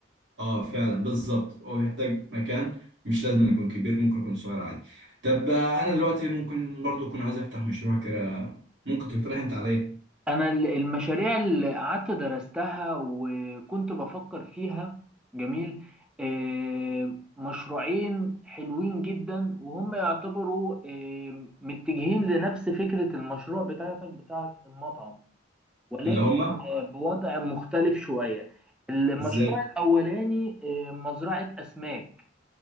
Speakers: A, on the right (about 70°); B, in the centre.
A: اه فعلا بالظبط هو بيحتاج مكان مش لازم يكون كبير ممكن يكون صغير عادي طب آه، انا دلوقتي ممكن برضه اكون عايز افتح مشروع كده ممكن تقترح انت عليا
B: انا ال- المشاريع اللي قعدت درستها وكنت بفكر فيها جميل آه، مشروعين حلوين جدا وهم يعتبروا آه، متجهين لنفس فكرة المشروع بتاعتك بتاعت المطعم ولكن
A: اللي هم
B: آه، بوضع مختلف شوية المشروع
A: ازاي
B: الاولاني آه، مزرعة اسماك